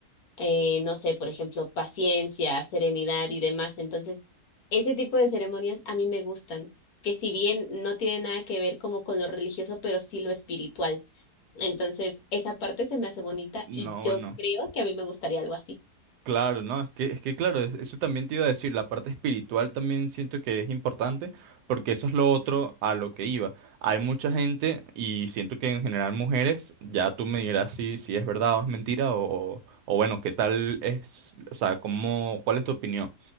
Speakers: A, on the left; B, on the right.
A: eh, no sé, por ejemplo, paciencia, serenidad y demás. Entonces, ese tipo de ceremonias a mí me gustan, que si bien no tiene nada que ver como con lo religioso, pero sí lo espiritual. Entonces, esa parte se me hace bonita
B: No,
A: y yo
B: bueno,
A: creo que a mí me gustaría algo así.
B: claro, no, es que, es que claro, es- eso también te iba a decir, la parte espiritual también siento que es importante, porque eso es lo otro a lo que iba. Hay mucha gente, y siento que en general mujeres, ya tú me dirás si, si es verdad o es mentira, o, o, o bueno, qué tal es, o sea, cómo, cuál es tu opinión,